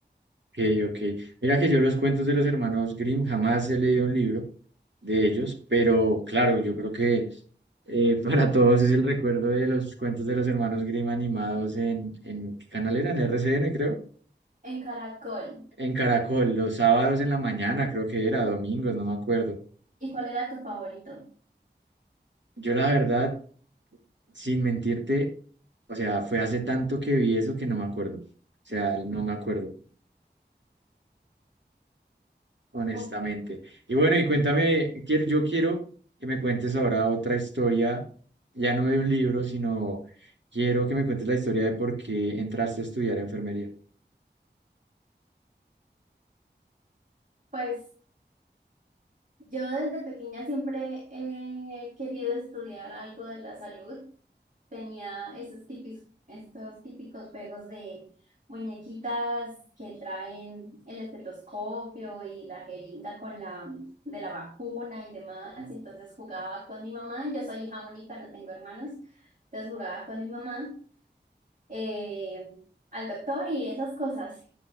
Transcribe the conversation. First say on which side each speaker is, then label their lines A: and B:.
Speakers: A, on the right; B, on the right.
A: ok. ok. Mira que yo los cuentos de los hermanos Grimm jamás he leído un libro de ellos, pero claro, yo creo que eh, <laughs> para todos es el recuerdo de los cuentos de los hermanos Grimm animados en, en ¿qué canal era? En RCN, creo.
B: En Caracol.
A: En Caracol, los sábados en la mañana, creo que era, domingos, no me acuerdo.
B: ¿Y cuál era tu favorito?
A: Yo la verdad, sin mentirte, o sea, fue hace tanto que vi eso que no me acuerdo. O sea, no me acuerdo. honestamente.
B: Oh,
A: Y bueno, y cuéntame, quiero, yo quiero que me cuentes ahora otra historia, ya no de un libro, sino quiero que me cuentes la historia de por qué entraste a estudiar enfermería.
B: Pues yo desde pequeña siempre he querido estudiar algo de la salud. Tenía esos típicos, estos típicos juegos de muñequitas que traen el estetoscopio y la jeringa con la de la vacuna y demás. Entonces jugaba con mi mamá. Yo soy hija única, no tengo hermanos. Entonces jugaba con mi mamá eh, al doctor y esas cosas.